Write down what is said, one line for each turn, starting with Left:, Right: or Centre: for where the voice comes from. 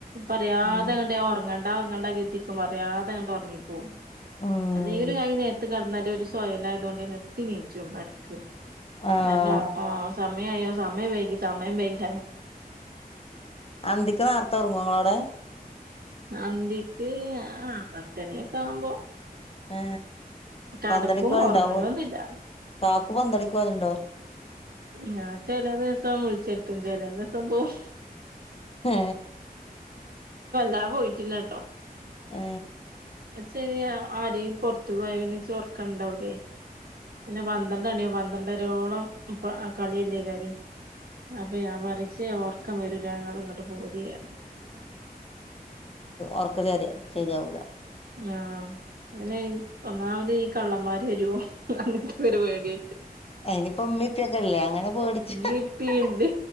Right: പറയാതെ
Left: ഉം
Right: എങ്ങ ഓർ ങ്ങണ്ടാങ്ങണ്ട എത്തിക്ക പറയാതെങ്ങ ഉറങ്ങിപ്പോ
Left: ഉം
Right: അല്ലെങ്കില് ആ നേരത്ത് കിടന്നാല് സോയലായത കൊണ്ട് നെട്ടി നീച്ചും മടക്ക്
Left: ആഹ്
Right: എന്ന ആ സയോ സമയ വൈകി സമയം വേക
Left: അന്തിക്ക് നേർത്ത ഉറങ്ങു അവിടെ
Right: അന്ദിക്ക് ആ പത്തണിയൊക്കെ ആവുമ്പോ
Left: ആ
Right: കടക്കും
Left: പന്തളിക്കലുണ്ടാവ
Right: ഉറങ്ങലൊന്നുല്ല
Left: കക്ക് പന്തളിക്ക പോലണ്ടാവ
Right: ഞാൻ ചില ദിവസം വിളിച്ചടുത്തും ചില ദിവസം പോവും
Left: എ
Right: താ പോയിട്ടില്ല കേട്ടോ
Left: ഏ
Right: ശരി ആരെയും പോറത്തു പോയന്നെ ചോർക്കുണ്ടാവലേ പിന്നെ പന്ത്രണ്ടാണിയോ പന്ത്രണ്ടരോളം കളിയല്ലേ കാര്യം അപ്പ ഞാൻ പററിച്ച് ഓർക്കം വരൂ ഞങ്ങ ഇങ്ങോട്ട് പോതിയരുന്നു
Left: ഉറക്ക ചരി ശരിയാവല
Right: ആ പിന്നെ ഒന്നാമത് ഈ കള്ളന്മാര് വരുവോ അങ്ങനത്തെ ഒരു പേടി
Left: അയിനിപ്പോ ഉമ്മിപ്പൊക്കെല്ലേ അങ്ങനെ പേടിച്ച
Right: ബി പിണ്ട്